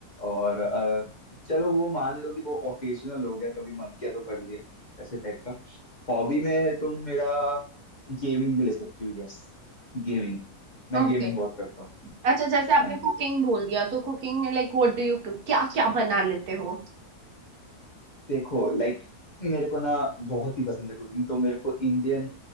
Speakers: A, on the left; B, on the right.
A: और अ, चलो वो मान लो कि वो ओकेजनल हो गया कभी मन किया तो कर लिया ऐसे टाइप का हॉबी में तुम मेरा गेमिंग ले सकती हो यस गेमिंग मैं
B: ओके
A: गेमिंग बहुत करता हूँ
B: अच्छा जैसे आपने
A: हाँ
B: कुकिंग
A: जी
B: बोल दिया तो कुकिंग में लाइक व्हाट डू यू क्या क्या बना लेते हो
A: देखो लाइक मेरे को ना बहुत ही पसंद है कुकिंग तो मेरे को इंडियन